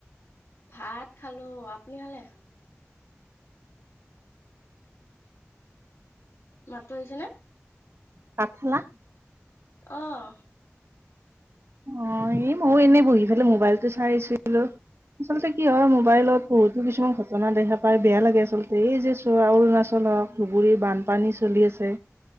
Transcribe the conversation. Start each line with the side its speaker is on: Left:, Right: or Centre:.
Left: ভাত খালো। আপুনি খালে? মাতটো আহিছে নে?
Right: ভাত খালা?
Left: আহ।
Right: অ, এই ময়ো এনেই বহি ফালে মোবাইলটো চাই আছিলো। আচলতে কি হয় মোবাইলত বহুতো কিছুমান ঘটনা দেখা পাই বেয়া লাগে, আচলতে এই যে চোৱা অৰুণাচল ধুবুৰী বানপানী চলি আছে।